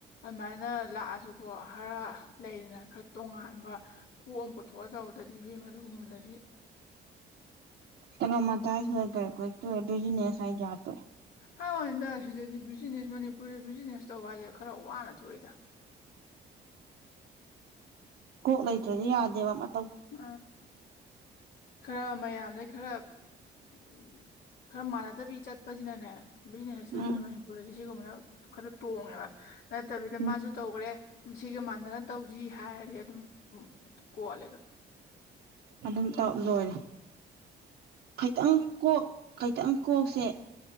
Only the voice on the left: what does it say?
ꯑꯗꯨꯃꯥꯏꯅ ꯂꯥꯛꯑꯁꯨꯀꯣ ꯍꯥꯔ ꯂꯩꯗꯅ ꯈꯔ ꯇꯣꯉꯥꯟꯕ ꯀꯣꯛ ꯑꯃ ꯄꯨꯊꯣꯛꯑꯒ ꯇꯧꯗꯗꯤ ꯐꯚꯦꯝ ꯑꯗꯨꯒꯨꯝꯕꯗꯗꯤ
ꯍꯟꯗ ꯁꯤꯗꯗꯤ ꯕꯤꯖꯤꯅꯦꯁ ꯃꯅꯤꯄꯨꯔꯗ ꯕꯤꯖꯤꯅꯦꯁ ꯇꯧꯕ ꯍꯥꯏꯁꯦ ꯈꯔ ꯋꯥꯅ ꯊꯗ
ꯎ ꯈꯔ ꯃꯌꯥꯝꯗꯩ ꯈꯔ ꯎ ꯈꯔ ꯃꯥꯟꯅꯗꯕꯤ ꯆꯠꯄꯁꯤꯅꯅꯦ ꯕꯤꯖꯤꯅꯦꯁ ꯍꯥꯏꯗꯤ
ꯃꯅꯤꯄꯨꯔꯗꯗꯤ ꯁꯤꯒꯨꯝꯕꯅ ꯈꯔ ꯇꯣꯡꯉꯦꯕ ꯅꯠꯇꯕꯤꯗ
ꯃꯥꯁꯨ ꯇꯧꯈ꯭ꯔꯦ ꯁꯤꯒ ꯃꯥꯟꯅꯅ ꯇꯧ ꯖꯤ ꯍꯥꯏꯔꯗꯤ ꯑꯗꯨꯝ ꯀꯣꯜꯂꯦꯗꯝ